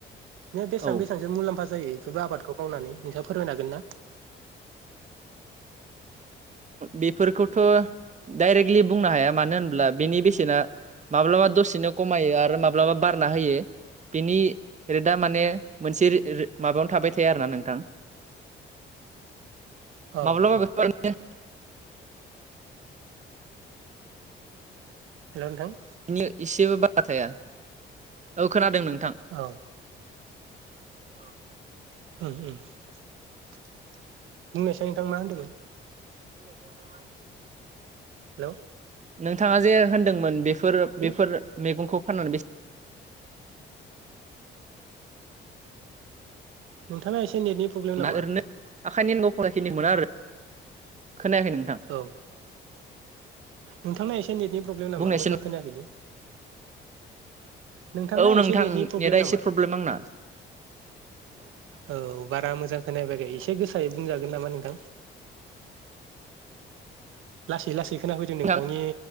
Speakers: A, on the right; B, on the right.
A: नों बेसां
B: औ
A: बेसांसो मुलाम्फा जायो इफोर आबादखौ मावनानै नोंथाङा फोरमायनो हागोन ना?
B: बेफोरखौथ' डायरेक्टलि बुंनो हाया मानो होनब्ला बेनि बेसेना माब्लाबा दसेनो कमायो आरो माब्लाबा बारना होयो। बेनि रेटआ माने मोनसे <unintelligible> रो माबायावनो थाबाय थाया आरोना नोंथां।
A: औ
B: माब्लाबा
A: औ
B: बे <unintelligible> <inaudible>
A: हेलौ नोंथां।
B: बिनि एसेबो बारा थाया। औ खोनादों नों
A: औ।
B: औ।
A: उम उम बुंनायसाय नोंथां मा होनदोंमोन?
B: बुंनायसाय नोंथां मा होनदोंमोन?
A: हेलौ।
B: नोंथाङा जे होन्दोंमोन बे फोर
A: हेलौ
B: बेफोर मेगंखौ फाननानै बेसे
A: नोंथांना एसे नेटनि प्रब्लेम
B: बेसेबां
A: नामा?
B: ओरैनो आखाइनि <unintelligible> मोना आरो खोनायाखै नोंथां।
A: औ नोंथांना एसे नेटनि प्रब्लेम नामा
B: बुंनायसै
A: मोजां खोनायाखै जे नोंथा
B: औ
A: एसे
B: नोंथां
A: नेटनि प्रब्लेम
B: नेटआ
A: नामा?
B: एसे प्रब्लेम आंना
A: औ बारा मोजां खोना फैयाखै एसे गोसायै बुंजागोन नामा नोंथां। लासै लासै खोनाफै
B: नोंथां
A: नोंथांनि